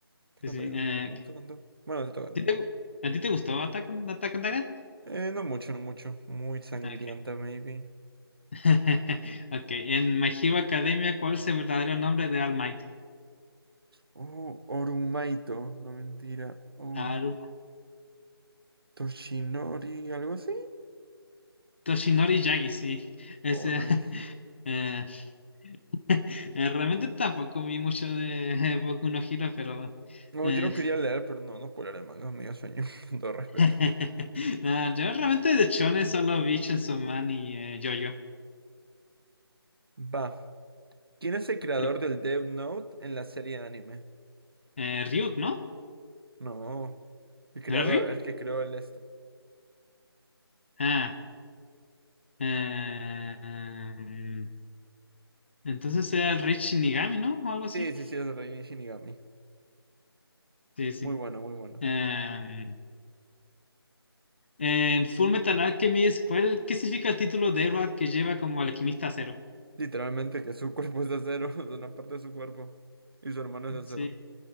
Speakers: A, on the right; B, on the left.
A: Attack
B: Sí,
A: on
B: sí.
A: Titan,
B: eh,
A: no me
B: ok.
A: gusta tanto. Bueno, te toca.
B: ¿Sí te gu- ¿A ti te gustó Attack on, Attack on Titan?
A: Eh, no mucho, no mucho. Muy sangrienta,
B: Ok.
A: maybe.
B: <laughs> Ok, en My Hero Academia, ¿cuál es el verdadero nombre de All Might?
A: Oh, Orumaito, no mentira. Oh,
B: Aruma.
A: Toshinori, algo así.
B: Toshinori Yagi, sí. Ese,
A: Oh, nice.
B: <laughs> eh, <laughs> eh, realmente tampoco vi mucho de <laughs> Boku no Hero, pero...
A: No,
B: eh,
A: yo no quería leer, pero no, no puedo leer el manga, me dio sueño, <laughs> con todo respeto.
B: <laughs> no, yo realmente de Shonen solo vi Chainsaw Man y eh, JoJo.
A: Va. ¿Quién es el creador
B: Eh,
A: del Death Note en la serie anime?
B: eh, Ryuk, ¿no?
A: No. El creador,
B: ¿No era Ryuk?
A: el que creó el esto.
B: Ah, eh, em, entonces era el Rey Shinigami, ¿no? O algo así.
A: Sí, sí, sí, es Reini Shinigami.
B: Sí, sí.
A: Muy bueno, muy bueno.
B: Em, En Full Metal Alchemist, ¿cuál, qué significa el título de Edward que lleva como alquimista cero?
A: Literalmente que su <laughs> cuerpo es de acero, <laughs> o una parte de su cuerpo. Y su hermano es de acero.
B: Sí,